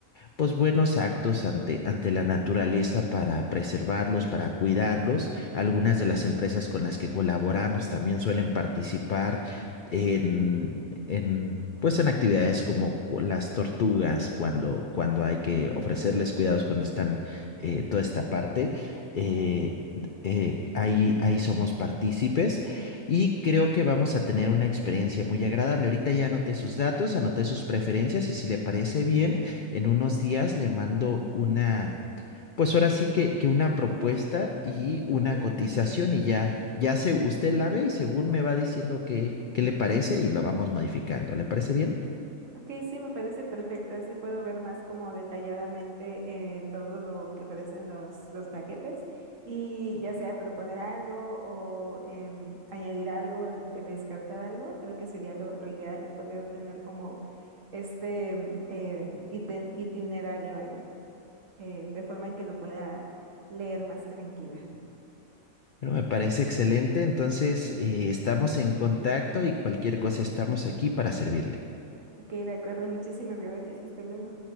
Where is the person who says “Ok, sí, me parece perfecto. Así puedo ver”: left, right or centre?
Right